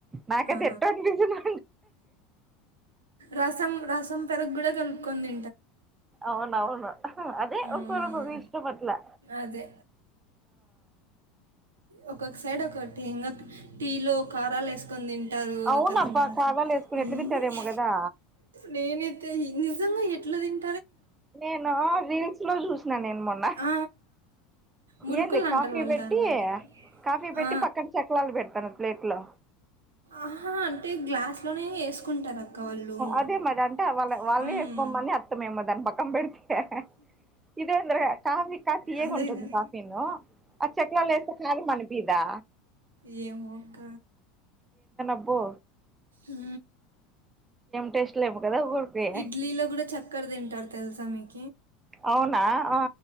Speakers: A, on the right (about 20°); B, on the right (about 85°).
A: నాకు
B: ఆ
A: అది ఎట్టు నిజంగా
B: రసం రసం పెరుగు కూడా కలుపుకుందండి
A: అవున అవును అదే
B: మ్మ్.
A: ఒక్కరుకు ఇష్టపట్లే
B: అదే ఒక్కొక్కసారి సైడ్ ఒకటి ఇంకా టీలో కారాలు వేసుకని తీటదు
A: అవునబ్బా
B: తెలంగాణ
A: కారాలు
B: సైడ్
A: వేసుకుని ఎట్లా తింటారేమో కదా
B: నేనైతే నిజంగా ఎట్లా తిన్
A: నేను రీల్స్ లో చూసినా నేను మొన్న
B: ఆ మురుకులు
A: ఏంది
B: అంటారు
A: కాఫీ
B: వాళ్ళు
A: పెట్టి
B: దానిలోనే
A: కాఫీ పెట్టి
B: ఆ,
A: పక్కన చక్రాలు పెడతారంట ప్లేట్లో
B: ఆహా అంటే గ్లాస్లోనే వేసుకుంటారు అక్క వాళ్ళు
A: అదే మద అంటే వాళ్ళ వాళ్ళే
B: హ్మ్.
A: వేసుకోమని అర్థం ఏమో దాని పక్కన పెడితే ఇదే ఎందోరాయ కాఫీ కాస్త తియ్యగా
B: అదే
A: ఉంటుంది
B: కదా.
A: కాఫీను ఆ చక్రాలు వేస్తే కారం అనిపియ్యదా
B: ఏయో అక్క
A: అబ్బో
B: ఉ హు
A: టేస్ట్ లేము కదా ఊరికి
B: ఇడ్లీలో కూడా చక్కర తింటారు తెలుసా మీక్
A: అవునా ఆ